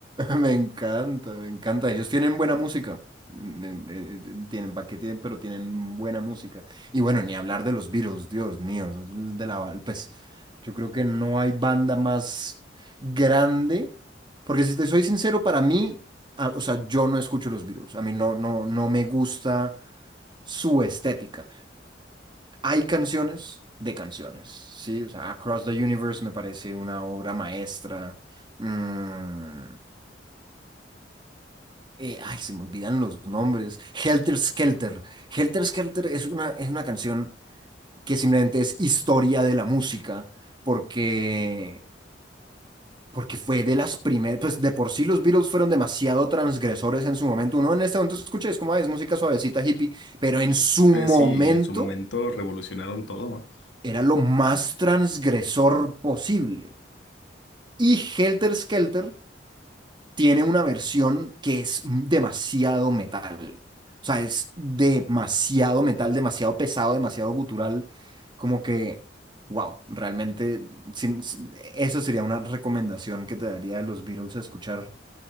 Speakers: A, on the right; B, on the left.
A: Me encanta, me encanta. Ellos tienen buena música. Mm, eh, eh, Tienen paquete, pero tienen buena música. Y bueno, ni hablar de los Beatles, Dios mío. es De la, pues yo creo que no hay banda más grande. Porque si te soy sincero, para mí, a- o sea, yo no escucho los Beatles. A mí no, no, no me gusta su estética. Hay canciones de canciones, ¿sí? O sea, Across the Universe me parece una obra maestra. Mm, eh, ay, se me olvidan los nombres. Helter Skelter. Helter Skelter es una, es una canción que simplemente es historia de la música, porque, porque fue de las primeras, pues de por sí los Beatles fueron demasiado transgresores en su momento. Uno en este momento escucha, y es como, "Ay, es música suavecita, hippie, pero en su momento
B: Eh, sí, en su momento revolucionaron todo.
A: era lo más transgresor posible. Y Helter Skelter tiene una versión que es demasiado metal. O sea, es demasiado metal, demasiado pesado, demasiado gutural. Como que, wow, realmente sin- sin- eso sería una recomendación que te daría de los Beatles a escuchar.